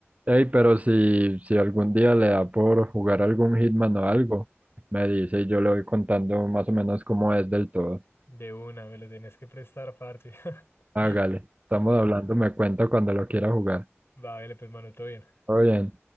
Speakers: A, on the right; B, on the left.
A: Ey, pero si, si algún día le da por jugar algún Hitman o algo, me dice y yo le voy contando más o menos cómo es del todo.
B: De una, me lo tenés que prestar, parce. <laughs>
A: Hágale, estamos hablando, me cuenta cuando lo quiera jugar.
B: Va, Vale, pues, mano, todo bien.
A: Todo bien.